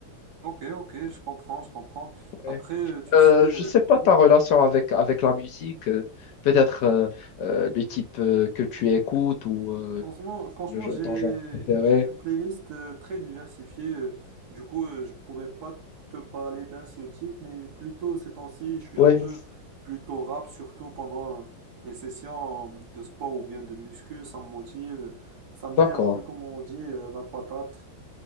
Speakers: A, on the right (about 60°); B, on the left (about 70°).
A: Ok, ok, je comprends, je comprends.
B: Ouais.
A: Après, euh, tu
B: Euh,
A: sais, euh,
B: je ne sais pas
A: mhm.
B: ta relation avec, avec la musique, euh, peut-être euh, euh, le type euh, que tu écoutes ou euh,
A: Franchement, franchement,
B: le,
A: j'ai
B: ton genre préféré.
A: j'ai une playlist euh, très diversifiée. euh, Du coup, euh, je pourrais pas te parler d'un seul type, mais plutôt ces temps-ci, je suis
B: Oui,
A: un peu plutôt rap, surtout pendant euh, les sessions euh, de sport ou bien de muscu. Ça me motive, ça me
B: d'accord.
A: met un peu, comme on dit, euh, la patate.